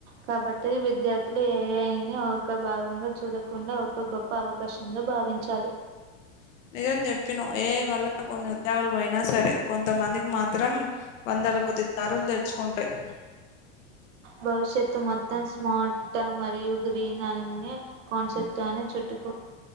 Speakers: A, on the right; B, on the left.
A: కాబట్టి విద్యార్థులు ఏఐని ఒక భాగంగా చూడకుండా ఒక గొప్ప అవకాశంగా భావించాలి
B: అవునా నిజం చెప్పినవ్ ఏ ఐ వల్ల కొన్ని ఉద్యోగాలు పోయినా సరే కొంతమందికి మాత్రం ఇందులో కొద్దిగా తారులు తెచుకుంటాయి
A: భవిష్యత్తు మొత్తం స్మార్ట్ మరియు గ్రీన్ అనే కాన్సెప్ట్ చుట్టుకు